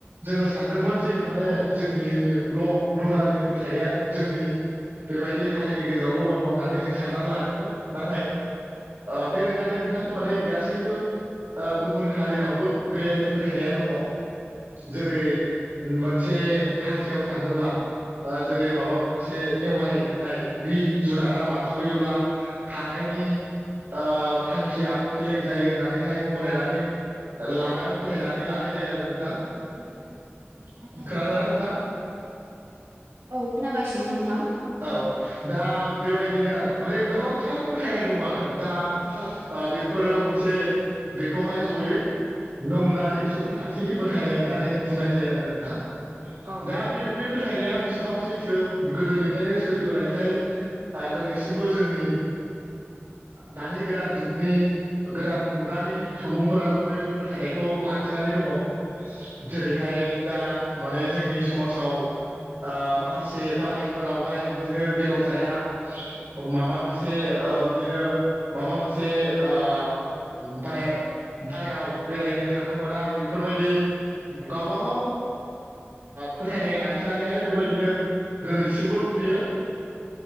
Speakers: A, on the right; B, on the right.
A: जोङो सानदोंमोन जि माने जोंनिल' नौनारिनि फोथायनाया जोंनि बेबायदि हारिनि गेजेरावल' दङ' होननानै जों साननानै लादोंमोन नाथाय ओ बे नङादे नोंथां माने गासैबो गुबुन हारिनाव बे फोथायनाया दङ' जेरै मोनसे थांखियाव थाङोब्ला जेरै माबा मोनसे नेवलाय होननाय बि जुनारा बारस'योब्ला थांनायनि ओ थांखिया फेलें जायो होननानैहाय गनायनानै लानाय फोथायनानै लानाय जायो आरो नोंथां
B: <unintelligible>
A: खोनादोंना नोंथां
B: औ खोनागासिनो नोंथां
A: औ दा बेबायदिनो आरो माने गोबांथार फोथायनाय दङ' आरो दा
B: औ
A: बा बेफोरो मोनसे बेखौहाय जयै नौनारि सुबुंखान्थिनि फोथायनाय होननानै बुंनाय जायो आरो नोंथां
B: औ
A: दा बे फोथायनाया बेसेबां सैथो गोदोनिफ्रायनो सोलिबोनायखाय दिनैसिमबो जोंनि दानि गोदान जुगनि गोदान मुगानि सुबुंफोराबो बे फोथायनायखौ लाखिनानै दङ' जेरैहाय दा माने जोंनि समाजाव ओ माख खासे बारायफोरावहाय बिदिनो बेदर जाया माबा मोनसे से ओ बिदिनो माबा मोनसे ओ बाय बायेराव बेरायनो थांनो मोना बेफोरबायदि गावबागाव फोथायनाय लाखिनानैहाय बेबायदिनो बो बियो